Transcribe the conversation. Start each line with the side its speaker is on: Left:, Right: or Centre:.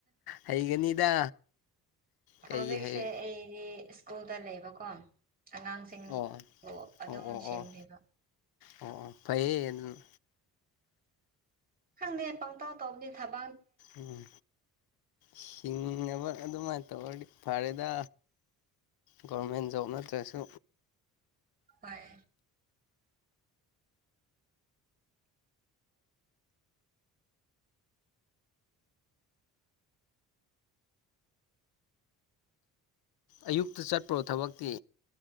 Left: ꯍꯩꯒꯅꯤꯗ ꯀꯩꯒꯤ
Right: ꯍꯧꯖꯤꯛꯁꯦ
Left: ꯍꯩ
Right: ꯑꯩꯗꯤ ꯁ꯭ꯀꯨꯜꯗ ꯂꯩꯕꯀꯣ ꯑꯉꯥꯡꯁꯤꯡꯕꯨ
Left: ꯑꯣ
Right: ꯑꯗꯨꯝ
Left: ꯑꯣ ꯑꯣ ꯑꯣ
Right: ꯁꯦꯝꯕꯤꯕ
Left: ꯑꯣ ꯑꯣ ꯐꯩꯌꯦ ꯑꯗꯨꯅ
Right: ꯈꯪꯗꯦ ꯄꯪꯇꯥꯎ ꯇꯧꯕꯅꯦ ꯊꯕ
Left: ꯎꯝ ꯍꯤꯡꯉꯅꯕ ꯑꯗꯨꯃꯥꯏꯅ ꯇꯧ ꯑꯣꯏꯔꯗꯤ ꯐꯔꯦꯗ ꯒꯣꯔꯃꯦꯟ ꯖꯣꯕ ꯅꯠꯇ꯭ꯔꯁꯨ
Right: ꯍꯣꯏ
Left: ꯑꯌꯨꯛꯇ ꯆꯠꯄ꯭ꯔꯣ ꯊꯕꯛꯇꯤ